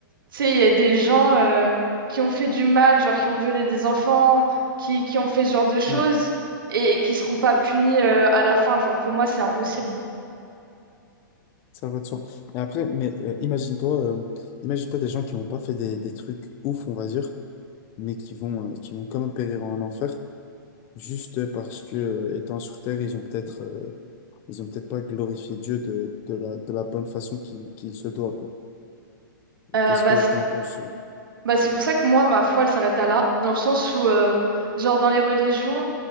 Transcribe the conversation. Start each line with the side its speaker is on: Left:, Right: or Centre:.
Right: tu sais il y a des gens euh, qui ont fait du mal, genre qui ont violé des enfants, qui qui ont fait ce genre de choses
Left: Hum,
Right: et, et qui seront pas punis euh, à la fin, genre pour moi c'est impossible.
Left: Ça va de soi. Et après, mais euh, imagine-toi, euh, imagine-toi des gens qui n'ont pas fait des, des trucs ouf, on va dire, mais qui vont, euh, qui vont quand même périr en enfer. Juste parce que, euh, étant sur Terre, ils ont peut-être euh, ils ont peut-être pas glorifié Dieu de, de la, de la bonne façon qu'il qu'il se doit, quoi.
Right: Euh,
Left: Qu'est-ce
Right: bah,
Left: que
Right: c-
Left: t'en penses? euh
Right: Bah, c'est pour ça que moi, ma foi, elle s'arrête à là, dans le sens où, euh, genre, dans les religions,